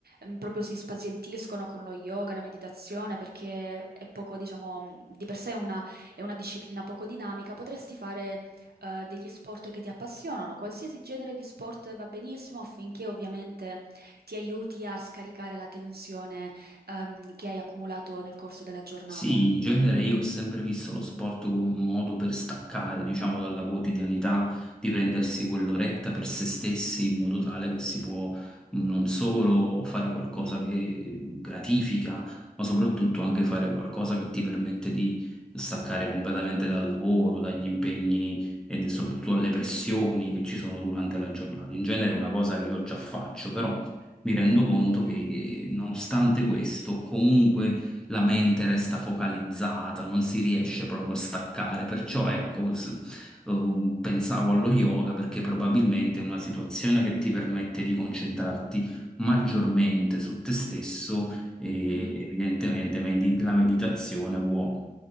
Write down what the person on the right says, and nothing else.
mm, proprio si spazientiscono con lo yoga e la meditazione perché è poco, diciamo, mm, di per sé è una è una disciplina poco dinamica, potresti fare eh, degli sport che ti appassionano, qualsiasi genere di sport va benissimo affinché ovviamente ti aiuti a scaricare la tensione, ehm, che hai accumulato nel corso della giornata.
Mhm,
mhm,